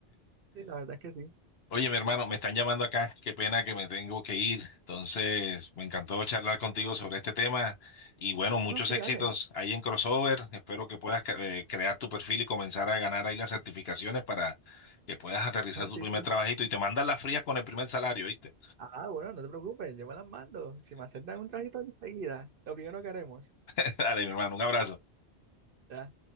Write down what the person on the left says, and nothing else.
Oye, mi hermano, me están llamando acá. Qué pena que me tengo que ir. Entonces, me encantó charlar contigo sobre este tema. Y bueno, muchos
éxitos
ahí en Crossover. Espero que puedas eh, crear tu perfil y comenzar a ganar ahí las certificaciones para que puedas aterrizar
tu
primer
trabajito y te mandas las frías con el primer salario, ¿viste?
<laughs> Dale, mi hermano, un abrazo.